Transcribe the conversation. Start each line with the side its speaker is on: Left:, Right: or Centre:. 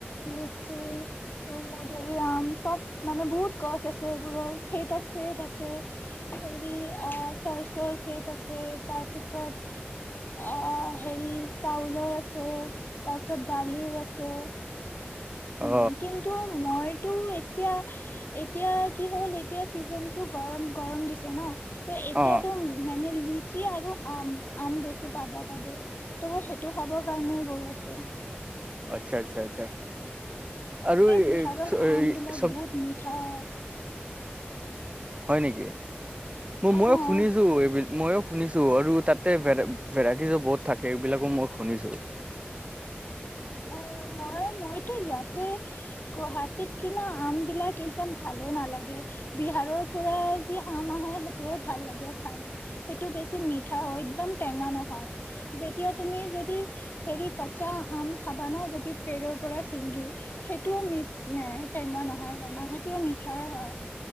Left: লিচি, মধুুৰিআম চব মানে বহুত গছ আছে। এইবোৰৰ খেত আছে তাতে, হেৰি অ' চৰ্চ'ৰ খেত আছে। তাৰপিছত অ' হেৰি চাউলৰ আছে। আছে। তাৰপিছত দালিও আছে।
Right: অ
Left: উম। কিন্তু মই টো এতিয়া, এতিয়া কি হ'ল এতিয়া চিজন টো গৰম, গৰম দিছে ন? এতিয়াতো
Right: অ
Left: মানে লিচি আৰু আম। আম বেছি পাবা তাতে। ত' মই সেইটো খাবৰ কাৰণে গৈ আছো।
Right: আচ্ছা আচ্ছা, আচ্ছা। আৰু
Left: তাতে বিহাৰৰ
Right: এই
Left: আমবিলাক
Right: চব
Left: বহুত মিঠা হয়।
Right: হয় নেকি? মইয়ো
Left: অ
Right: শুনিছোঁ এইবুলি, মইয়ো শুনিছো আৰু তাতে ভেৰাইটিজো বহুত থাকে। এইবিলাকো মই শুনিছোঁ।
Left: অ' মই মইতো ইয়াতে গুৱাহাটীত কিনা আম বিলাক একদম ভালে নালাগে। বিহাৰৰ পৰা যি আম আহে, সেইটোৱে ভাল লাগে খাই। সেইটো বেছি মিঠা হয়, একদম টেঙা নহয়। যেতিয়া তুমি যদি হেৰি, কাচা আম খাবা ন? যদি পেৰৰ পৰা ছিঙি। সেইটোও মিঠ টেঙা নহয় জানা, সেইটোও মিঠায়ে হয়।